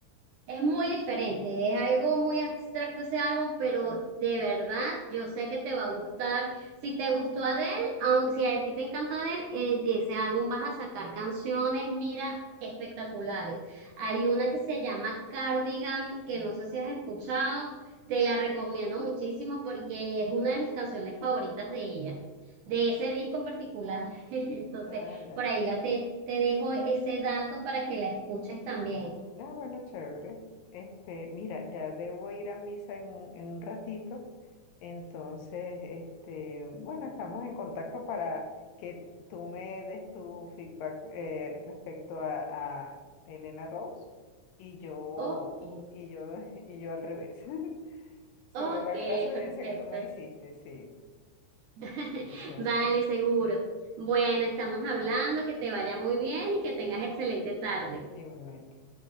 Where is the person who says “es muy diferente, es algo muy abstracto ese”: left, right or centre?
Right